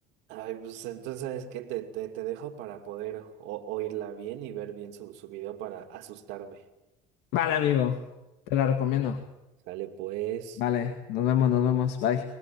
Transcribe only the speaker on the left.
Vale, amigo, te la recomiendo.
Vale, nos vemos, nos vemos, bye.